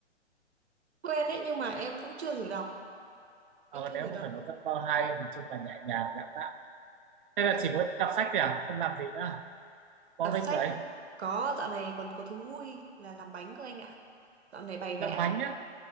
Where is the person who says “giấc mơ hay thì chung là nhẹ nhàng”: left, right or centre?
Right